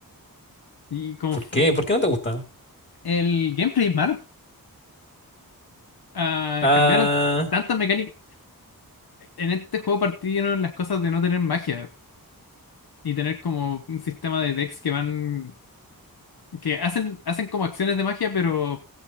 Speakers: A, on the left; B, on the left.
A: Y como
B: ¿Por
A: fu-
B: qué? ¿Por qué no te gusta?
A: el gameplay es malo. Ah,
B: Ah,
A: cambiaron tantas mecánicas. En este juego partieron las cosas de no tener magia y tener como un sistema de decks que van... que hacen, hacen como acciones de magia, pero